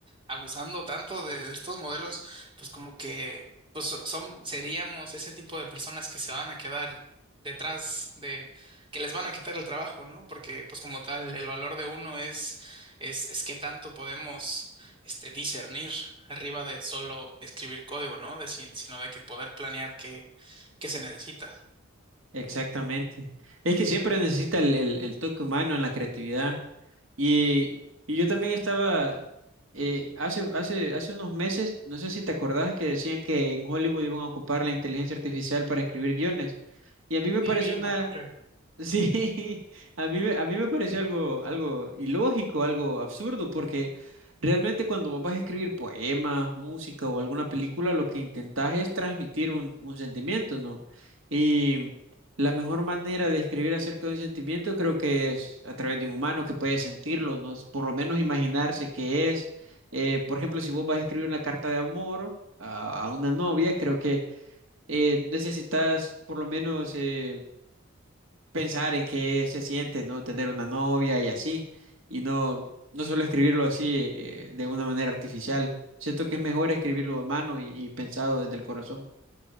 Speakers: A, on the right (about 25°); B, on the right (about 70°).
A: abusando tanto de de estos modelos, pues como que pues so- son, seríamos ese tipo de personas que se van a quedar detrás de, que les van a quitar el trabajo, ¿no? Porque, pues como tal, el valor de uno es, es, es qué tanto podemos, este, discernir arriba de solo escribir código, ¿no? De, si- sino de que poder planear qué, qué se necesita.
B: Exactamente. Es que siempre necesita el, el- el toque humano en la creatividad. Y, y yo también estaba, eh, hace, hace, hace unos meses, no sé si te acordás que decían que en Hollywood iban a ocupar la inteligencia artificial para escribir guiones. Y a mí me
A: Sí,
B: pareció
A: no, hombre.
B: Sí, <laughs> a mí, me- a mí me pareció algo, algo ilógico, algo absurdo, porque realmente cuando vos vas a escribir poemas, música o alguna película, lo que intentás es transmitir un, un sentimiento, ¿no? Y la mejor manera de escribir acerca de un sentimiento creo que es a través de un humano que puede sentirlo, ¿no? Por lo menos imaginarse qué es. Eh, por ejemplo, si vos vas a escribir una carta de amor a, a una novia, creo que eh, necesitas por lo menos... eh, pensar en qué se siente, ¿no? Tener una novia y así, y no, no solo escribirlo así eh, de una manera artificial. Siento que es mejor escribirlo a mano y, y pensado desde el corazón.